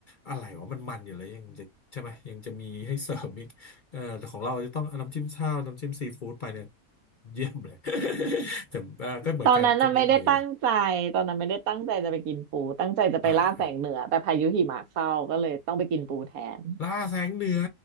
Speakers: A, on the left; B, on the right.
A: อะไรวะมันมันอยู่เลยยังจะใช่ไหมยังจะมีให้เสริมอีกเออแต่ของเราจะต้องเอาน้ำจิ้มข้าวน้ำจิ้มซีฟู้ดไปเนี่ยเยี่ยมเลย <laughs> แต่เอ่อก็เหมือนกันก็ไม่มี
B: ตอนนั้นน่ะไม่ได้ตั้งใจตอนนั้นไม่ได้ตั้งใจจะไปกินปูตั้งใจจะไปล่าแสงเหนือแต่พายุหิมะเข้าก็เลยต้องไปกินปูแทน
A: อ่าอ่าล่าแสงเหนือ